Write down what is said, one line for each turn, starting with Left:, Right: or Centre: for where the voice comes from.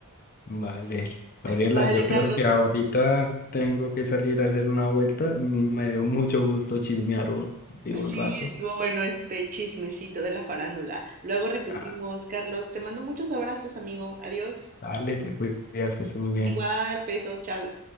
Left: vale. Gabriela,
Right: Dale,
Left: yo
Right: Carlos.
Left: creo que ahorita tengo que salir a hacer una vuelta. Me dio mucho gusto chismear un, digo,
Right: Sí,
Left: un rato.
Right: estuvo bueno este chismecito de la farándula. Luego repetimos,
Left: Ah,
Right: Carlos, te mando muchos abrazos, amigo. Adiós.
Left: dale, te cuidas, que estés muy bien.
Right: Igual, besos, chao.